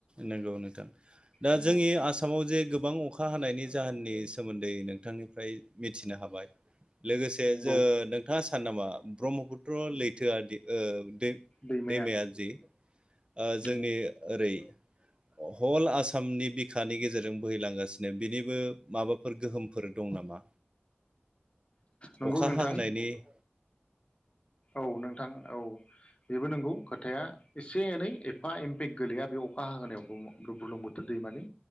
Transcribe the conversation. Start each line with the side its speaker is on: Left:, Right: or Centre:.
Right: नंगौ नोंथां दा
Left: नोंगौ।
Right: जोंनि आसामाव जे गोबां अखा जाहोननि सोमोन्दै नोंथांनि फ्राय मिथिनो हाबाय लोगोसे
Left: नंगौ
Right: जो नोंथाङा सान नामा ब्रह्मपुत्र लै थोआ दि ओ दै
Left: दैमाया
Right: दैमायाजि ओ जोंनि
Left: नंगौ
Right: ओरै हल आसामनि बिखानि गेजेरजों बोहैलांगासिनो बिनिबो माबाफोर गोहोमफोर दं नामा?
Left: नंगौ
Right: अखा
Left: नोंथां
Right: हाहोनायनि <inaudible>
Left: औ नोंथां औ बेबो नोंगौ खोथाया एसे एनै एफा एम्पेक्ट गोलैया बे अखा हाहोनायाव बुर्लुंबुथुर दैमानि